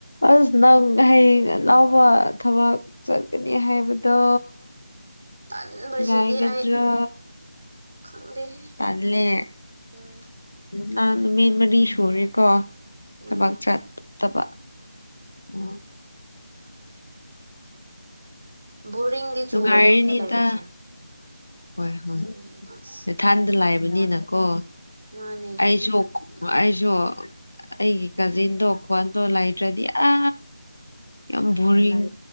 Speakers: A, on the left; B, on the right.
A: <inaudible> ꯑꯁ ꯅꯪ ꯍꯌꯦꯡ ꯑꯅꯥꯥꯎꯕ ꯊꯕꯛ ꯆꯠꯀꯅꯤ ꯍꯥꯏꯕꯗꯣ
B: ꯇꯟꯕꯁꯤꯗꯤ
A: ꯥꯏꯒꯗ꯭ꯔ
B: ꯑꯩ ꯈꯪꯗꯦꯍꯦ
A: ꯇꯜꯂꯦ
B: ꯎꯝ
A: ꯅꯪ ꯃꯦꯟ ꯃꯗꯤ ꯁꯨꯔꯦꯀꯣ
B: ꯃꯥꯅꯦ
A: ꯊꯕꯥꯛ ꯆꯠꯇꯕ ꯎ
B: ꯕꯣꯔꯤꯡꯗꯤ
A: ꯅꯨꯡꯉꯥꯏꯔꯤꯅꯤꯗ
B: ꯆꯨꯋꯦ ꯌꯨꯝꯗ ꯂꯩꯕꯁꯦ
A: ꯍꯣꯏ ꯍꯣꯏ
B: ꯌꯦꯡꯉꯁꯤ
A: ꯅ ꯊꯥꯟꯗ ꯂꯥꯏꯕꯅꯤꯅꯀꯣ
B: ꯃꯥꯅꯦ
A: ꯑꯩꯁꯨ ꯑꯩꯁꯨ ꯑꯩꯒꯤ ꯀꯥꯖꯤꯟꯗꯣ ꯈꯣꯟꯗꯣ ꯂꯩꯇ꯭ꯔꯗꯤ ꯑ ꯌꯥꯝ ꯕꯣꯔꯤꯡ